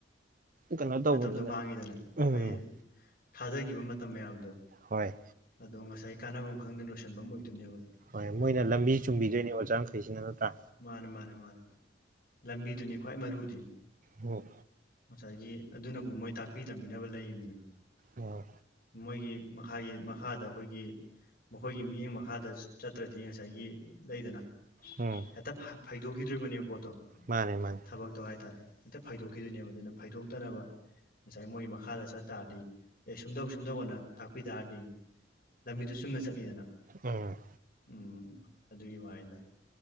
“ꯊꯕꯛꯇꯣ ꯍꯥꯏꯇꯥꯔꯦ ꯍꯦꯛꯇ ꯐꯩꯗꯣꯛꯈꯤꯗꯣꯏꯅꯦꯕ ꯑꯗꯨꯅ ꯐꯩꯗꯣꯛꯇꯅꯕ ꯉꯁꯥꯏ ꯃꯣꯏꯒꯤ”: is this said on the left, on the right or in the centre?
Left